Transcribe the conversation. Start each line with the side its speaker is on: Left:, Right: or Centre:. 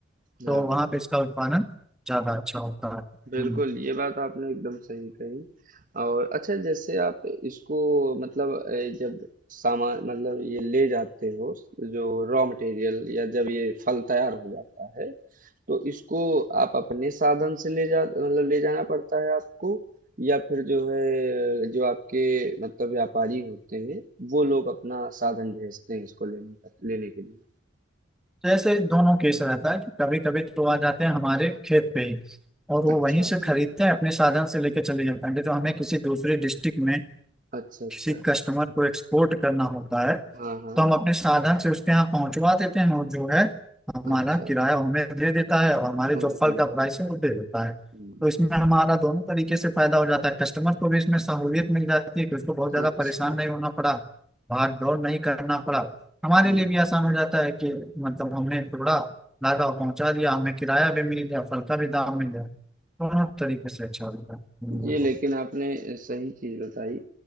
Centre: तो
Right: हाँ
Centre: वहां पे इसका उत्पादन ज्यादा अच्छा होता है
Right: बिल्कुल,
Centre: हम्म।
Right: ये बात आपने एकदम सही कही और अच्छा जैसे आप इसको मतलब अ, जब सामान मतलब ये ले जाते हो जो रॉ मटेरियल या जब ये फल तैयार हो जाता है तो इसको आप अपने साधन से ले जा मतलब ले जाना पड़ता है आपको या फिर जो है जो आपके मतलब व्यापारी होते हैं वो लोग अपना साधन भेजते हैं इसको लेने लेने के लिए
Centre: जैसे दोनों केस रहता है कि कभी कभी तो आ जाते हैं हमारे खेत पे ही और वो
Right: अच्छा
Centre: वहीं
Right: अच्छा
Centre: से खरीदते हैं अपने साधन से लेके चले जाते हैं तो हमें किसी दूसरे डिस्ट्रिक्ट में
Right: अच्छा
Centre: किसी
Right: अच्छा
Centre: कस्टमर को एक्सपोर्ट करना होता है
Right: हाँ हाँ
Centre: तो हम अपने साधन से उसके यहाँ पहुंचवा देते हैं और जो है हमारा
Right: अच्छा
Centre: किराया वो हमें दे देता है और हमारे जो
Right: ओके
Centre: फल का प्राइस है वो दे देता है
Right: हम्म
Centre: तो इसमें हमारा दोनों तरीके से फायदा हो जाता है कस्टमर को भी इसमें सहूलियत मिल जाती है कि उसको बहुत ज्यादा
Right: अच्छा
Centre: परेशान नहीं होना पड़ा भाग दौड़ नहीं करना पड़ा हमारे
Right: हम्म
Centre: लिए भी आसान हो जाता है कि मतलब हमने टुकड़ा लागा और पहुंचा दिया हमें किराया भी मिल गया फल का भी दाम मिल गया दोनों तरीके से अच्छा होता है हम्म,
Right: ये
Centre: तो,
Right: लेकिन आपने सही चीज बताई